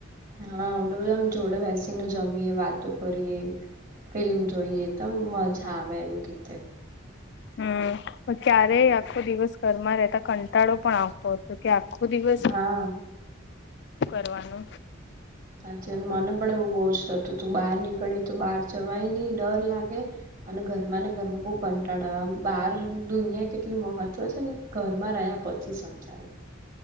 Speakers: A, on the right; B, on the left.
A: હા, એડ બધામ જોડે બેસીને જમીએ વાતો કરીએ, ફિલ્મ જોઈએ તો મજા આવે એવી રીતે,
B: હમ્મ પણ ક્યારેય આખો દિવસ ઘરમાં રહેતા કંટાળો પણ આવતો હતો, તો કે આખો દિવસ
A: હા
B: શુ કરવાનો
A: સાચચી મને પણ એવું બહુ જ હતું તું બહાર નીકળી તો બહાર જવાય નહિ ડર લાગે, અને ઘરમાં ને ઘરમાં બહ કંટાળા બહાર દુનિયા કેટલી મહત્વ છે ને, ઘરમાં રહ્યા પછી સમજાવી,